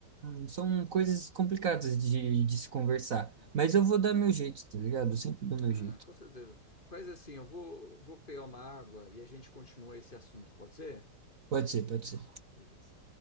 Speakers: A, on the right; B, on the left.
A: um, são coisas complicadas de, de se conversar.
B: Uhum.
A: Mas eu vou dar meu jeito, tá ligado? Eu sempre dou meu
B: ah,
A: jeito.
B: com certeza. Faz assim, eu vou, vou pegar uma água e a gente continua esse assunto, pode ser?
A: Pode ser, pode ser.
B: Beleza.